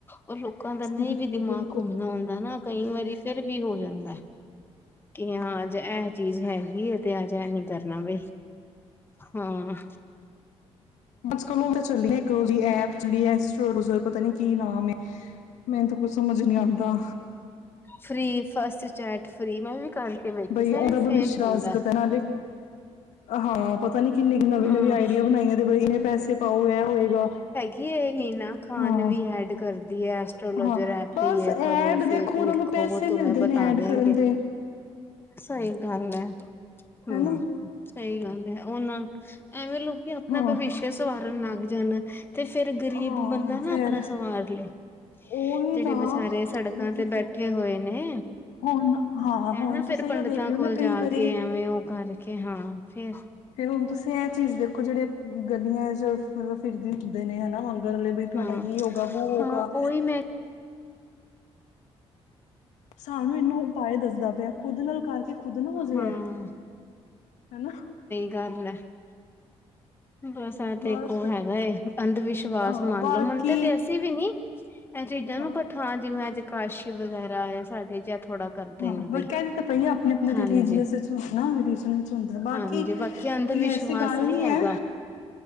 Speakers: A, on the left; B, on the left.
A: ਉਹ ਲੋਕਾਂ ਦਾ ਨਹੀਂ
B: ਬਿਲਕੁਲ
A: ਵੀ ਦਿਮਾਗ
B: ਬਿਲਕੁਲ
A: ਘੁੰਮਣਾ ਆਉਂਦਾ ਨਾ ਕਈ ਵਾਰੀ ਫਿਰ ਵੀ ਹੋ ਜਾਂਦਾ। ਕਿ, ਹਾਂ ਅੱਜ ਇਹ ਚੀਜ਼ ਹੈਗੀ ਏ ਤੇ ਅੱਜ ਇਹ ਨੀ ਕਰਨਾ ਬਈ। ਹਮ।
B: ਅੱਜ ਕੱਲ ਉਹ ਤੇ ਚੱਲੀ ਏ ਇਕ ਐਪ ਚਲੀ ਏ ਅਸਟ੍ਲੋਜਰ, ਪਤਾ ਨੀ ਕੀ ਨਾਮ ਏ। ਮੈਨੂੰ ਤਾਂ ਕੁਛ ਸਮਝ ਨੀ ਆਉਂਦਾ।
A: ਫ੍ਰੀ, ਫਸਟ ਚੈਟ ਫੀ੍ ਮੈਂ ਵੀ ਕਰਕੇ ਵੇਖੀ
B: ਬਈ,
A: ਸੀ
B: ਉਹਦਾ
A: ਫੇਕ
B: ਭਵਿੱਸ਼ਯ
A: ਹੁੰਦਾ।
B: ਆ ਸਕਦਾ ਏ ਨਾ ਏਵੇਂ ਹਾਂ, ਪਤਾ ਨੀ ਕਿੰਨੀ ਨਵੀਂ
A: ਹਾਂ
B: ਨਵੀਂ ਆਈਡੀਆ ਬਣਾਈਆਂ ਬਈ ਇੰਨੇ ਪੈਸੇ ਪਾਓ ਇਹ ਹੋਏਗਾ
A: ਕੀ ਇਹ ਹੀਨਾ ਖਾਨ
B: ਹਾਂ
A: ਵੀ ਐਡ ਕਰਦੀ ਏ। ਐਸਟ੍ਰੋਲੋਜਰ,
B: ਹਾਂ
A: ਐਪ
B: ਬਸ
A: ਪੇ ਯ
B: ਐਡ
A: ਕਰੋ ਫੇਕ
B: ਦੇਖੋ
A: ਲਿਖੋ
B: ਉਹਨਾਂ ਨੂੰ ਪੈਸੇ
A: ਤੁੂੰਮੇ
B: ਮਿਲਦੇ
A: ਬਤਾ
B: ਨੇ ਐਡ
A: ਦਿੰਗੇ।
B: ਕਰਨ ਦੇ
A: ਸਹੀ ਗੱਲ, ਹੈ
B: ਹਨਾ
A: ਹਮ ਸਹੀ ਗੱਲ ਹੈ। ਉਹਨਾਂ, ਐਵੇਂ ਲੋਕੀ ਅਪਣਾ
B: ਹਾਂ
A: ਭਵਿਸ਼ਯ ਸਵਾਰਨ ਲੱਗ ਜਾਣ ਤੇ ਫੇਰ ਗ਼ਰੀਬ
B: ਹਾਂ
A: ਬੰਦਾ ਨਾ
B: ਫੇਰ
A: ਆਪਣਾ ਸਵਾਰ ਲੈ।
B: ਉਹੀ
A: ਜਿਹੜੇ
B: ਤਾਂ
A: ਵਚਾਰੇ ਸੜਕਾਂ
B: ਬਿਲਕੁਲ
A: ਤੇ
B: ਸਹੀ
A: ਬੈਠੇ ਹੋਏ ਨੇ
B: ਹੁਣ ਹਾਂ
A: ਏਹ
B: ਹੁਣ
A: ਨਾ ਫਿਰ
B: ਤੁਸੀਂ ਇਹੀਓ
A: ਪੰਡਿਤਾਂ
B: ਦੇਖ ਲਓ
A: ਕੋਲ
B: ਨਾ
A: ਜਾ
B: ਕਈ ਵਾਰੀ
A: ਕੇ, ਐਵੇਂ ਉਹ ਕਰਕੇ ਹਾਂ ਫੇਰ
B: ਫੇਰ ਹੁਣ ਤੁਸੀਂ ਇਹ ਚੀਜ਼ ਦੇਖੋ ਜਿਹੜੇ ਗਲੀਆਂ ਚ ਮਤਲਬ ਫਿਰਦੀ ਹੁੰਦੇ ਨੇ ਹਨਾ। ਗ ਬ ਤੁਹਾਡਾ
A: ਹਾਂ
B: ਕੀ ਹੋਊਗਾ ਬੋ ਹੋਗਾ।
A: ਹਾਂ ਉਹੀ ਮੈਂ
B: ਸਾਨੂੰ ਇਨੂੰ ਉਪਾਅ ਦੱਸਦਾ ਪਿਆ ਖੁੱਦ ਨਾਲ ਕਰਕੇ। ਖੁਦ ਨੂੰ ਹੋ ਜਾਏ
A: ਹਾਂ
B: ਐ ਹੈਨਾ।
A: ਕਰ ਲੈ ਬਸ, ਆ ਤੇਖੋ
B: ਬਸ
A: ਹੈਗਾ ਏ ਅੰਧ ਵਿਸ਼ਵਾਸ
B: ਹਾਂ
A: ਮੰਨ
B: ਬਾਕੀ
A: ਲੋੋ ਮੰਨ ਤੇ ਤੇ ਅਸੀਂ ਵੀ ਨੀ ਇਹ ਚੀਜ਼ਾਂ
B: ਹਾਂ
A: ਨੂੰ ਬਠਾ ਜਿਵੇਂ ਅੱਜ ਕਾਂਸ਼ੀ ਵਗੈਰਾ ਆ ਸਾਡੇ ਜਾਂ ਥੋੜਾ ਕਰਦੇ
B: ਹਾਂ,
A: ਨੇ
B: ਬਟ
A: ਬਈ
B: ਕਹਿੰਦੀ ਤਾਂ ਪਈ ਆ ਆਪਣੇ ਆਪਣੇ
A: ਹਾਂਜੀ
B: ਰਿਲੀਜੀਅਸ ਵਿੱਚ ਹੁੰ ਨਾ ਰਿਲੀਜਨ ਵਿੱਚ ਹੁੰਦਾ ਬਾਕੀ।
A: ਹਾਂਜੀ ਬਾਕੀ ਅੰਧ
B: ਕੋਈ
A: ਵਿਸ਼ਵਾਸ
B: ਐਸੀ ਗੱਲ ਨਹੀਂ
A: ਹੈਗਾ
B: ਹੈ।